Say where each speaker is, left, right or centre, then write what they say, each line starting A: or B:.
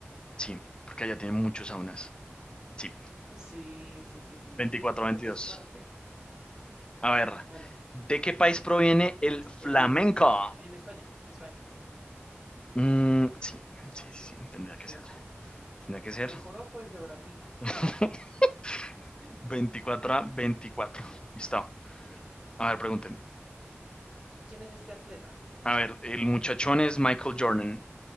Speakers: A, on the left; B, on the right.
A: Sí, porque allá tienen muchos saunas. Sí,
B: Sí, sí, sí, sí,
A: Veinticuatro
B: sí. Por
A: a veintidós.
B: descarte.
A: A ver.
B: Bueno.
A: ¿De qué país proviene el flamenco?
B: El, en España, España,
A: Mm, sí, sí, sí, sí, tendría
B: sí,
A: que ser.
B: obvio.
A: Tenía que ser
B: El joropo es de Brasil.
A: <laughs>
B: <laughs>
A: veinticuatro, a 24. Listo.
B: Muy bien.
A: A ver, pregunten.
B: ¿Quién es este atleta?
A: A ver, el muchachón es Michael Jordan.